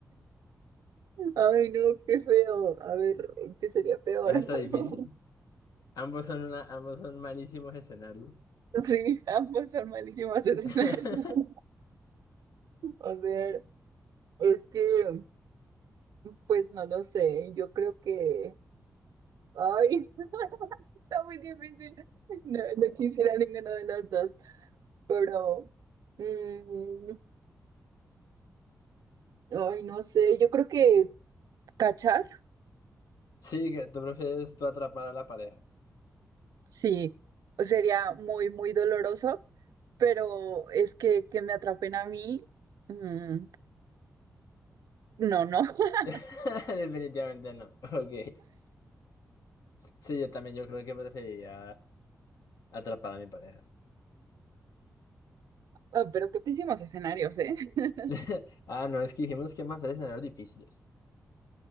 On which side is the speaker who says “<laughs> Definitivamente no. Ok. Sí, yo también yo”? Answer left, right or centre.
Left